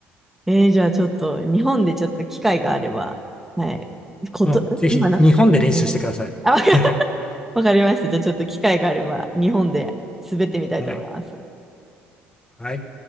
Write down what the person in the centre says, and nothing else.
えー、じゃあちょっと、日本でちょっと機会があれば、はい。こと、
ん今な、
うん。あ、わか、<laughs>
わかりました。じゃあちょっと機会があれば、日本で滑ってみたいと思います。